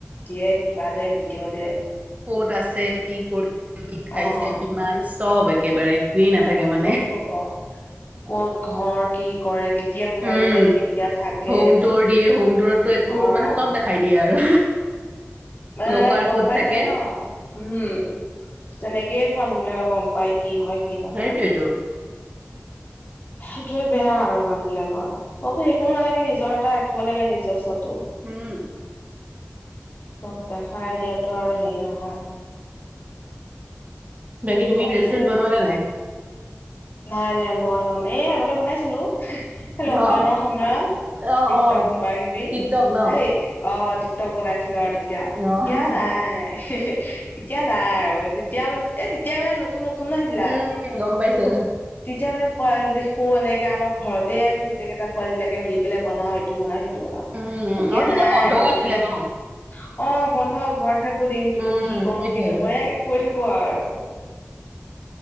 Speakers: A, on the left; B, on the right.
A: দিয়ে কিবা দে, ভিডিঅ' দে।
B: ক'ত আছে, কি কৰিছে, কি খাইছে
A: অ'
B: কিমান, চব একেবাৰে একোৱেই নাথাকে। মানে
A: চব কব, ক'ত ঘৰ, কি কৰে। কেতিয়া ওলাই
B: উম
A: যায় কেতিয়া থাকে
B: 'হোম টুৰ দিয়ে, হোম টুৰতটো একো
A: অ',
B: মানে চব দেখা। দিয়ে আৰু।
A: মানে
B: লকাৰ
A: গম
B: ক'ত
A: পাই
B: থাকে
A: যাই ন, উম। তেনেকেইতো মানুহবিলাকে গম পায়, কি হয় কি নহয়।
B: সেইটোয়েতো
A: সেইটোয়ে বেয়া আৰু মানুহ বিলাকৰ। চবে হেৰি কৰিব নালাগে, নিজৰ এটা ৰাখিব লাগে নিজস্বটো।
B: উম।
A: চব দেখাই দিয়াতো আৰু হেৰি নহয়।
B: বাকী তুমি
A: তাকে
B: ৰিলচ, তিলছ বোনোৱা নে নাই?
A: নাই, নাই মই এই আগতে বনাইছিলোঁ। লকডাউনৰ
B: অ
A: সময়ত
B: অ
A: টিকটক
B: অ
A: কিবা কিবি
B: টিকটক ন অ
A: এই। অ টিকটক বনাইছিলোঁ আৰু তেতিয়া,
B: উম
A: এতিয়া নাই। এতিয়া নাই আৰু, তেতিয়া এ তেতিয়া মানে নতুন নতুন ন সেইবিলাক।
B: উম গম পাইছো।
A: তেতিয়া মানে পোৱালি দেখো এনেকে, আমাৰ ঘৰতে আমি গোটেই কেইটা পোৱালিব বিলাকে মিলি পেলাই বনাও। ইটো বনাও, সিটো বনাও,
B: উম
A: এতিয়া
B: আৰু তেতিয়া
A: নাই
B: বন্ধও
A: এতিয়া
B: আছিলে
A: অ
B: ন
A: বন্ধ ঘৰত থাকো। দিনটো
B: উম
A: কি কৰো,
B: সেইটোয়ে
A: কি নকৰো, এ কৈ থাকো আৰু।